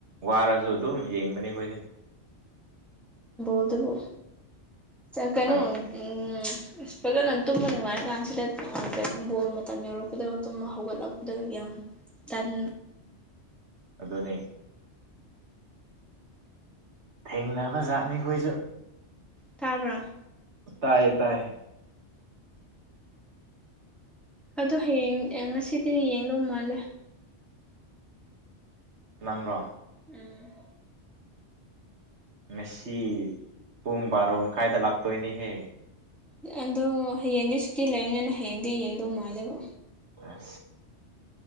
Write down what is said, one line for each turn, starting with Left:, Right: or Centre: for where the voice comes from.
Right: ꯋꯥꯔꯁꯨ ꯑꯗꯨꯝ ꯌꯦꯡꯕꯅꯦ ꯑꯩꯈꯣꯏꯗꯤ
Centre: ꯣꯗꯨꯕꯨꯣ ꯀꯩꯅꯣ
Right: ꯍꯣꯏ
Centre: ꯎꯝ ꯑꯁ ꯐꯖꯅ ꯇꯨꯝꯕ ꯅꯨꯡꯉꯥꯏꯔ ꯀꯥꯟꯁꯤꯗ ꯀꯩꯅꯣ ꯕꯣꯜ ꯃꯇꯝ ꯌꯧꯔꯛꯄꯗ ꯇꯨꯝꯕ ꯍꯧꯒꯠꯂꯛꯄꯗ ꯌꯥꯝ <unintelligible>
Right: ꯑꯗꯨꯅꯤ ꯊꯦꯡꯅꯕ ꯖꯥꯠꯅꯤꯈꯣꯏꯁꯨ
Centre: ꯇꯥꯕ꯭ꯔꯥ
Right: ꯇꯥꯏꯌꯦ ꯇꯥꯏꯌꯦ
Centre: ꯑꯗꯣ ꯍꯌꯦꯡ ꯑꯦꯟ ꯉꯁꯤꯗꯤ ꯌꯦꯡꯗꯧ ꯃꯥꯜꯂꯦ
Right: ꯅꯪꯔꯣ
Centre: ꯎꯝ
Right: ꯉꯁꯤ ꯄꯨꯡ ꯕꯥꯔꯣ ꯃꯈꯥꯏꯗ ꯂꯥꯛꯇꯣꯏꯅꯦꯍꯦ
Centre: ꯑꯗꯣ ꯍꯌꯦꯡꯗꯤ ꯁꯨꯇꯤ ꯂꯩꯕꯅꯤꯅ ꯍꯌꯦꯡꯗꯤ ꯌꯦꯡꯗꯧ ꯃꯥꯜꯂꯦꯕ
Right: ꯑ